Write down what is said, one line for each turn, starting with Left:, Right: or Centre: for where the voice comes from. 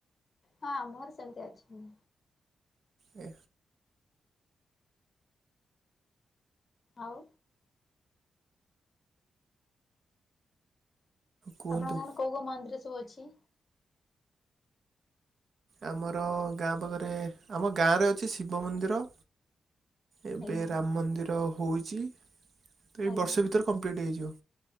Left: ହଁ ଆମ ଘରେ ସେମିତି ଅଛନ୍ତି।
Right: ହଁ।
Left: ଆଉ।
Right: କୁହନ୍ତୁ
Left: ଆପଣଙ୍କ ଗାଁରେ କୋଉ କୋଉ ମନ୍ଦିର ସବୁ ଅଛି?
Right: ଆମର ଗାଁ ପାଖରେ ଆମ ଗାଁରେ ଅଛି ଶିବ ମନ୍ଦିର। ଏବେ
Left: ଆଜ୍ଞା
Right: ରାମ ମନ୍ଦିର ହଉଚି। ତ ଏଇ
Left: ଆଜ୍ଞା
Right: ବର୍ଷ ଭିତରେ କମ୍ପ୍ଲିଟ୍ ହେଇଯିବ।